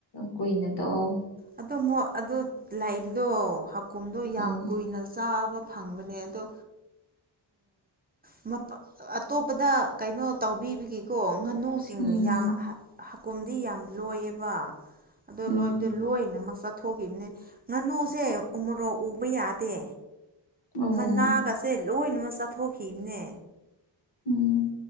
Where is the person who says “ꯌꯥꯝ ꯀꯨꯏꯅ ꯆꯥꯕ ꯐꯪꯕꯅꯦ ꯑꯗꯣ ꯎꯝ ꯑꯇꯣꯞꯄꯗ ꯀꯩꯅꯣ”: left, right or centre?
Right